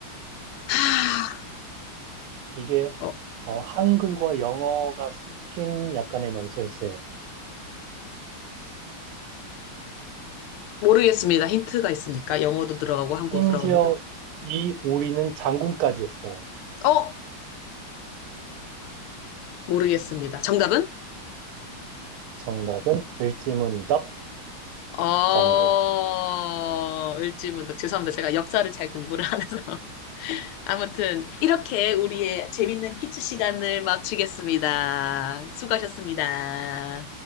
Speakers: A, on the left; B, on the right.
A: 하,
B: 이게
A: 어,
B: 어, 한글과 영어가 섞인 약간의 넌센스예요.
A: 모르겠습니다. 힌트가 있습니까? 영어도 들어가고 한국도
B: 심지어
A: 들어간다고. 그-
B: 이 우리는 장군까지 했어요.
A: 어? 모르겠습니다. 정답은?
B: 정답은 을지문덕
A: 어,
B: 장군.
A: 을지문덕. 죄송합니다. 제가 역사를 잘 공부를 안 해서. <laughs> 아무튼, 이렇게 우리의 재밌는 퀴즈 시간을 마치겠습니다. 수고하셨습니다.